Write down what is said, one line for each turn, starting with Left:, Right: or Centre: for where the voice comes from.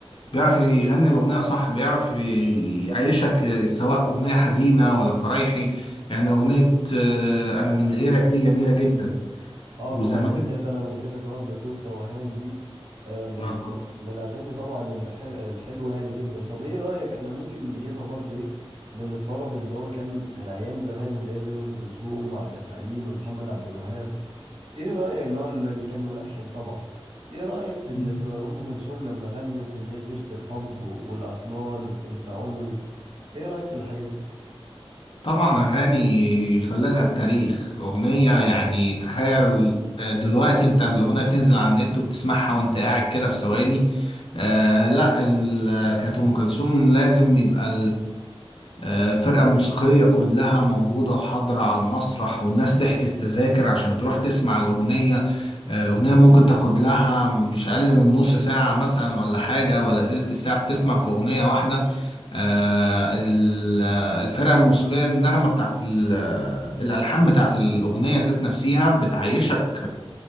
Left: بيعرف يغني الأغنية صح بيعرف يعيشك سواء أغنية حزينة ولا فرايحي يعني أغنية آه، أنا من غيرك دي جميلة جدا
Right: اه
Left: وزمان
Right: طبعا اللي هي بتاعت انا من غيرك اه بتوه توهان دي آه من
Left: آه.
Right: من من الاغاني طبعا الح- الحلوه يعني جدا طب ايه رايك احنا ممكن نجيبها برضو ايه من الطرب اللي هو كان من ايام زمان اللي هي زي ام كلثوم وعبد الحليم ومحمد عبد الوهاب ايه رأيك اللي هو اللي كان ملحن طبعا ايه رأيك
Left: <laughs>
Right: في اللي في ام كلثوم لما غنت اللي هي سيرة الحب والاطلال وانت عمري ايه رأيك في الحاجات دي
Left: طبعا أغاني خلدها التاريخ أغنية يعني تخيل آه، دلوقتي أنت الأغنية بتنزل على النت وبتسمعها وأنت قاعد كده في ثواني آه لا ال- كانت أم كلثوم لازم يبقى آه، فرقة موسيقية كلها موجودة وحاضرة على المسرح والناس تحجز تذاكر عشان تروح تسمع الأغنية آه، أغنية ممكن تاخد لها مش أقل من نص ساعة مثلا ولا حاجة ولا تلت ساعة بتسمع في أغنية واحدة آه، ال- آه، الفرقة الموسيقية النغمة بتاعت ال- آه، الألحان بتاعت الأغنية ذات نفسها بتعيشك